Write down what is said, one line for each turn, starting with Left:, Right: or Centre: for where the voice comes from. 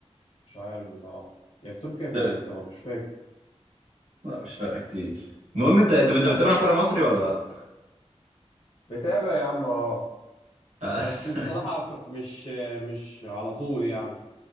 Left: مش عارف بصراحه يا في تركيا يا في
Right: ده
Left: انجلترا مش فاكر
Right: لا مش فارقه كتير المهم انت انت انت
Left: بس
Right: بتتابع كوره مصري ولا لا؟
Left: متابع يا عم اه
Right: أص-
Left: بس بصراحه
Right: <laughs>
Left: ف- مش مش على طول يعني